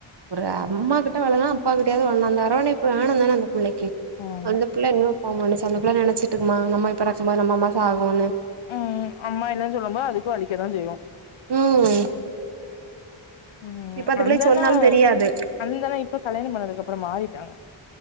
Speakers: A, on the right; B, on the left.
A: ஒரு அம்மா கிட்ட வேலைனா அப்பா கடையாது அந்த அரவனைப்பு வேணு தானே அந்த பிள்ளைக்கு
B: ஆமா
A: அந்த பிள்ள இன்னு ஆமானுச்சு அந்த புள்ள நெனச்சிட்ருக்குமா நம்ம எப்படா சும்மா நம்ம அம்மா சாகுனு
B: ம் அம்மா இல்லன் சொல்லும்போ அதுக்கே வலிக்கதா செய்யு
A: ம்
B: ம்
A: இப்ப அந்த பிள்ளைக்கு
B: அந்தண்ணோ
A: சொன்னாலு தெரியாது
B: அந்தண்ணா இப்ப கல்யாண பண்ணதுக்கு அப்பற மாறிட்டாங்க